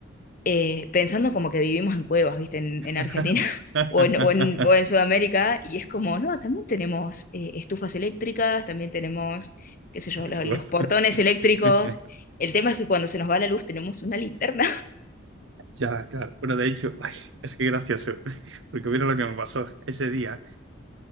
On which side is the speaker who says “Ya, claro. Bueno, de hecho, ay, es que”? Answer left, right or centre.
Right